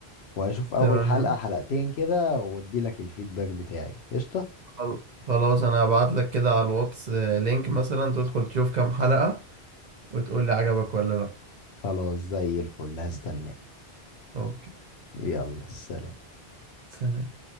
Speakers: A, on the left; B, on the right.
A: وهشوف اول
B: تمام
A: حلقة حلقتين كده وادي لك الفيدباك بتاعي قشطة
B: خل- خلاص انا هبعت لك كده على الواتس آه، لينك مثلا تدخل تشوف كام حلقة وتقول لي عجبك ولا لا
A: خلاص زي الفل هستناك
B: اوكي
A: يلا سلام
B: سلام